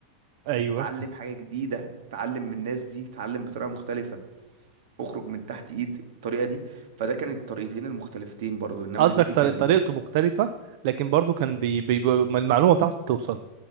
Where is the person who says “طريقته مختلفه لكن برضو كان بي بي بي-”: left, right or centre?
Right